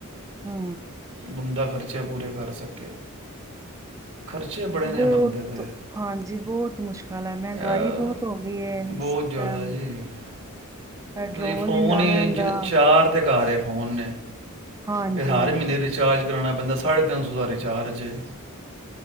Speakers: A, on the right; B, on the right.
A: ਹੂੰ
B: ਬੰਦਾ ਖਰਚ ਅੱਚੇ ਪੂਰੇ ਕਰ ਸਕੇ ਖਰਚੇ ਬੜੇ ਨੇ
A: ਬਹੁਤ
B: ਬੰਦੇ ਦੇ
A: ਹਾਂਜੀ। ਬਹੁਤ ਮੁਸ਼ਕਿਲ ਮਹਿੰਗਾਈ
B: ਇਹ
A: ਬਹੁਤ ਹੋ ਗਈ
B: ਬਹੁਤ
A: ਇਸ
B: ਜ਼ਿਆਦਾ
A: ਟਾਈਮ
B: ਜੀ
A: ਪੈਟਰੋਲ
B: ਤੁਸੀਂ ਫੋਨ
A: ਇੰਨਾ
B: ਹੀ
A: ਮਹਿੰਗਾ
B: ਜ- ਚਾਰ ਤੇ ਘਰ ਹੈ ਫੋਨ
A: ਹਾਂਜੀ
B: ਫ ਹਰ
A: ਹਾਂਜੀ
B: ਮਹੀਨੇ ਰਿਚਾਰਜ ਕਰਾਣਾ ਪੈਂਦਾ ਸਾਢੇ ਤਿੰਨ ਸੌ ਦਾ ਰਿਚਾਰਜ ਹੈ।